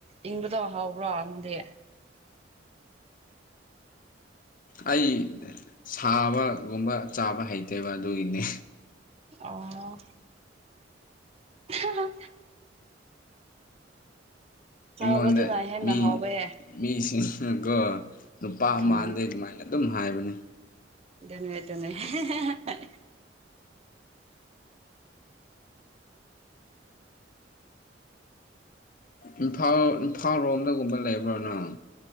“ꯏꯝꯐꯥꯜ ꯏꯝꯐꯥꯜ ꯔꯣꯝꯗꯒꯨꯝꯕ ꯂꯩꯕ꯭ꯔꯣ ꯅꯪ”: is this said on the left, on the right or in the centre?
Left